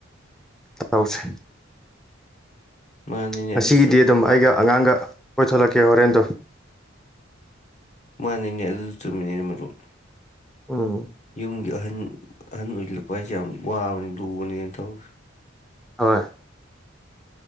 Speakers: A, in the centre; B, on the left.
A: ꯁꯥꯍꯥꯎꯁꯦ
B: ꯃꯥꯅꯤꯅꯦ
A: ꯉꯁꯤꯒꯤꯗꯤ
B: ꯑꯗꯨꯁꯨ
A: ꯑꯗꯨꯝ ꯑꯩꯒ ꯑꯉꯥꯡꯒ ꯑꯣꯏꯣꯏ ꯊꯂꯛ ꯀꯦ ꯑꯣꯏꯔꯦꯟꯗꯣ
B: ꯃꯥꯅꯤꯅꯦ ꯑꯗꯨꯗ ꯆꯨꯝꯃꯤꯅꯦ ꯃꯔꯨꯞ
A: ꯑꯥ
B: ꯌꯨꯝꯒꯤ ꯑꯍꯟ ꯑꯍꯟ ꯑꯣꯏꯁꯤꯜꯂꯛꯄ ꯍꯥꯏꯁꯦ ꯌꯥꯝ ꯋꯥꯕꯅꯤ ꯂꯨꯕꯅꯦꯅ ꯇꯧꯋꯦ
A: ꯍꯣꯏ